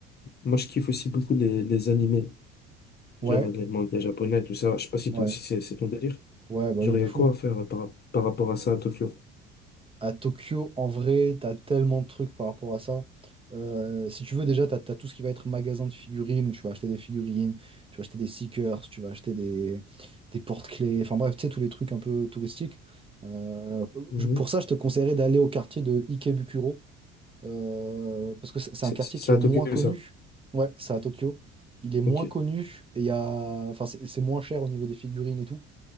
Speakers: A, on the left; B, on the right.
A: moi je kiffe aussi beaucoup les, les animés,
B: Ouais,
A: genre les mangas japonais, tout ça. Je sais pas si
B: ouais,
A: toi aussi c'est c'est ton délire.
B: ouais, bah
A: Genre,
B: oui, de
A: il y a
B: fou.
A: quoi à faire euh, par, par rapport à ça à Tokyo?
B: À Tokyo, en vrai, t'as tellement de trucs par rapport à ça. Euh, si tu veux, déjà, t'as, t'as tout ce qui va être magasin de figurines, où tu vas acheter des figurines, tu vas acheter des seekers, tu vas acheter des, des porte-clés, enfin bref, tu sais, tous les trucs un peu touristiques. Euh,
A: Mhm.
B: je- pour ça, je te conseillerais d'aller au quartier de Ikebukuro. Euh, parce que c'est c'est
A: C'est
B: un quartier
A: c'est- c'est
B: qui est
A: à
B: moins
A: Tokyo
B: connu.
A: ça.
B: Ouais, c'est à Tokyo. Il est moins
A: Ok,
B: connu et il y a... enfin, c'est c'est moins cher au niveau des figurines et tout.